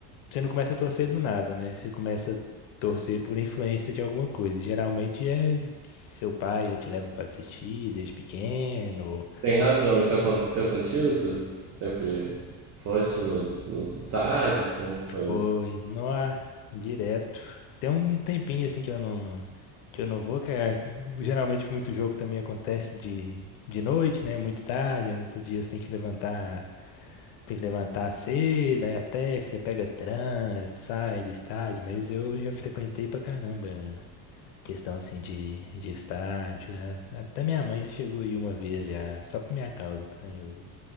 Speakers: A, on the left; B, on the right.
A: você não começa a torcer do nada, né? Você começa a torcer por influência de alguma coisa. Geralmente é seu pai já te leva pra assistir desde pequeno,
B: tem razão. Isso aconteceu contigo? Tu, tu sempre foste nos, nos estádios? Como que foi
A: Foi,
B: isso?
A: nó, direto. Tem um tempinho assim que eu não que eu não vou, que é- geralmente muito jogo também acontece de, de noite, né? Muito tarde, aí no outro dia você tem que levantar, tem que levantar cedo, aí até que você pega trânsito, sai do estádio, mas eu já frequentei pra caramba questão assim de, de estádio. né? Até minha mãe já chegou aí uma vez já, só por minha causa, né? Eu,